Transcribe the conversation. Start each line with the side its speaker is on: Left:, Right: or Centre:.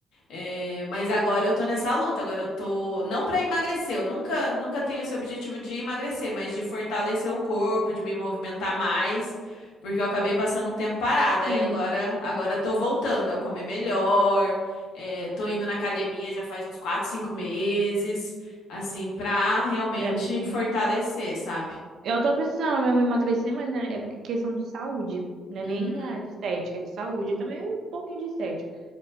Left: É, mas agora eu tô nessa luta, agora eu tô não pra emagrecer, eu nunca nunca tenho esse objetivo de emagrecer, mas de fortalecer o corpo, de me movimentar mais, porque eu acabei passando um tempo parada
Right: Sim,
Left: e agora agora eu tô voltando a comer melhor, é, tô indo na academia já faz uns 4, 5 meses, assim, pra realmente
Right: é muito bom.
Left: fortalecer, sabe?
Right: Eu tô precisando mesmo emagrecer, mas né, é porque questão de saúde. Não é
Left: Uhum,
Right: nem a de estética, é de saúde. Também é um pouquinho de estética.